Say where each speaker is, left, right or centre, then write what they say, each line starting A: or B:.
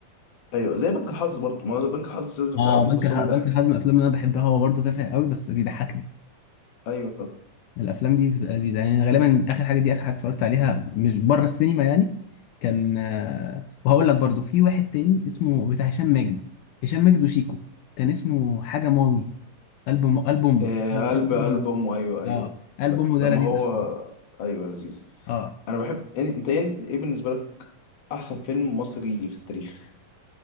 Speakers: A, on the left; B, on the left.
A: ايوه زي بنك الحظ برضه ما هو بنك الحظ ساذج
B: اه
A: وعبيط
B: بنك
A: بس
B: الح...
A: هو بيضحك
B: بنك الحظ من الافلام اللي انا بحبها هو برضه تافه قوي بس بيضحكني
A: ايوه
B: الافلام دي بتبقى لذيذه يعني غالبا اخر حاجه دي اخر حاجه اتفرجت عليها مش بره السينما يعني كان آه، وهقول لك برضه في واحد تاني اسمه بتاع هشام ماجد هشام ماجد وشيكو كان اسمه حاجه ماوي قلب م... قلب امه
A: آه
B: أيوة،
A: قلب
B: اسمه قلب
A: قلب
B: امه
A: امه ايوه ايوه
B: اه قلب
A: لا
B: امه
A: لما
B: ده لذيذ
A: هو
B: قوي
A: ايوه لذيذ
B: اه
A: انا بحب إن- انت ايه إيه بالنسبه لك احسن فيلم مصري في التاريخ